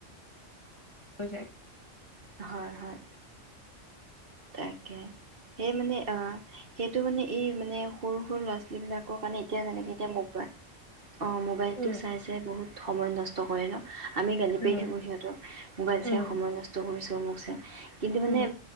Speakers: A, on the left; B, on the right.
A: হৈ যায়
B: হয় হয় তাকে সেই মানে আহ সেইটো মানে এই মানে সৰু সৰু ল'ৰা ছোৱালী বিলাকৰ কাৰণে এতিয়া যেনেকে এতিয়া মোবাইল অ মোবাইলটো
A: উম
B: চাই চাই বহুত সময় নষ্ট কৰে ন আমি গালি
A: উম
B: পাৰি থাকো সিহঁতক মোবাইল
A: উম
B: চাই সময় নষ্ট কৰিছো <unintelligible> কিন্তু মানে
A: উম